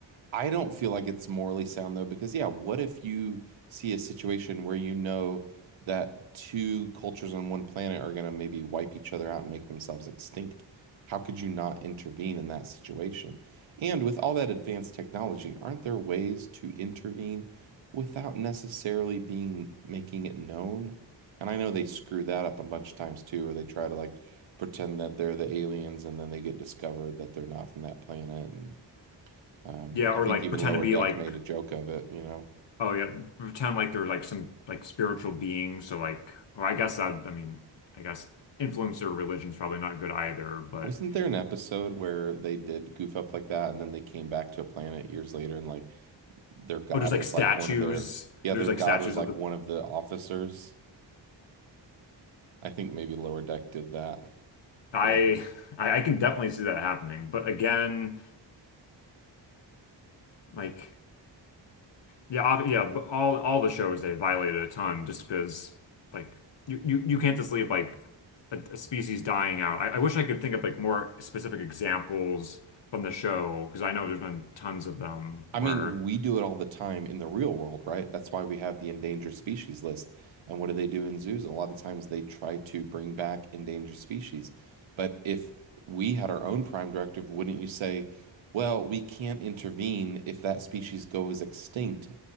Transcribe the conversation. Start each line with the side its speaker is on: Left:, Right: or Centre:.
Right: I don't feel like it's morally sound though, because yeah, what if you see a situation where you know that two cultures on one planet are going to maybe wipe each other out and make themselves extinct? How could you not intervene in that situation? And with all that advanced technology, aren't there ways to intervene without necessarily being making it known? And I know they screw that up a bunch of times too, or they try to like pretend that they're the aliens and then they get discovered that they're not from that planet and um,
Left: yeah,
Right: I
Left: or
Right: think
Left: like
Right: even
Left: pretend
Right: Lower
Left: to be
Right: Deck
Left: like,
Right: made a joke of it, you know.
Left: oh yeah, pretend like they're like some like spiritual beings. So like, well, I guess that I mean, I guess influencer religion's probably not good either, but.
Right: Wasn't there an episode where they did goof up like that and then they came back to a planet years later and like their god
Left: Oh, there's like
Right: was
Left: statues.
Right: like one of their yeah,
Left: There's
Right: their
Left: like
Right: god
Left: statues
Right: was like
Left: of the
Right: one of the officers. I think maybe Lower Deck did that.
Left: I
Right: They're like
Left: I I can definitely see that happening. But again, like yeah, ob yeah, but all all the shows they violated a ton just because like you, you you can't just leave like a, a species dying out. I, I wish I could think of like more specific examples from the show because I know there's been tons of them
Right: I
Left: where
Right: mean, we do it all the time in the real world, right? That's why we have the endangered species list. And what do they do in zoos? A lot of times they try to bring back endangered species. But if we had our own prime directive, wouldn't you say, well, we can't intervene if that species goes extinct?